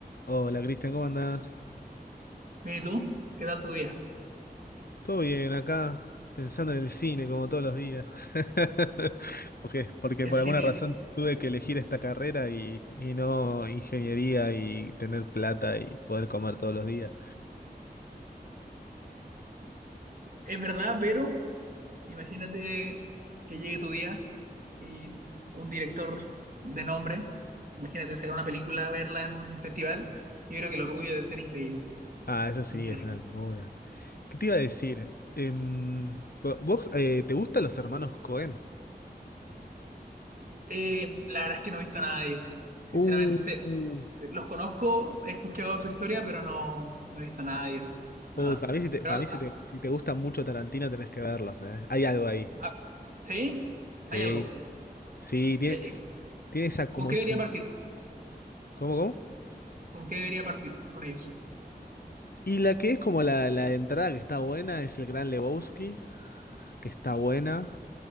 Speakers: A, on the left; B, on the right.
A: Hola Cristian, ¿cómo andás?
B: Mira, ¿y tú? ¿Qué tal tu día?
A: Todo bien, acá pensando en el cine como todos los días. <laughs> Porque, porque
B: El
A: por
B: cine
A: alguna razón tuve que elegir esta carrera y, y no ingeniería y tener plata y poder comer todos los días.
B: es verdad, pero imagínate que llegue tu día y un director de nombre, imagínate sacar una película, verla en un festival, yo creo que el orgullo debe ser increíble,
A: Ah, eso sí,
B: increíble.
A: es una locura. ¿Qué te iba a decir? Em, ¿vos eh, te gustan los hermanos Cohen?
B: Eh, la verdad es que no he visto nada de ellos, sinceramente,
A: Uh,
B: sé-
A: uh,
B: los conozco, he escuchado su historia, pero no, no he visto nada de ellos, nada.
A: Uh, para mí, si te,
B: Pero,
A: para
B: al-
A: mí si
B: a-
A: te, si te gusta mucho Tarantino tenés que verlos, ¿eh? Hay algo ahí.
B: a- ¿sí?
A: Sí,
B: Hay algo.
A: sí, tiene,
B: que-
A: tiene esa como
B: ¿Con qué
A: es
B: debería
A: un...
B: partir?
A: ¿Cómo, cómo?
B: ¿Con qué debería partir con ellos?
A: Y la que es como la, la entrada que está buena es el Gran Lebowski, que está buena.